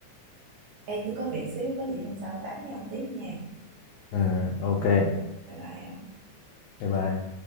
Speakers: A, on the right; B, on the left.
A: Ê, tôi có việc xíu, có gì hôm sau tám với ông tiếp nha.
B: Ừ, ok.
A: Ừ, ừ. Bye bye ông.
B: Bye bye.